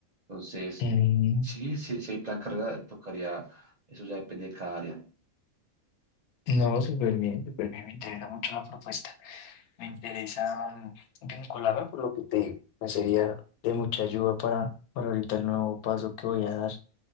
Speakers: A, on the right (about 45°); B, on the left (about 85°).
A: Entonces,
B: Mm,
A: sí, sí, si hay plan carrera, tocaría, eso ya depende de cada área.
B: No, súper bien, súper bien. Me interesa mucho la propuesta. Me interesa vincularme por lo que te digo. Me sería de mucha ayuda para, para ahorita el nuevo paso que voy a dar.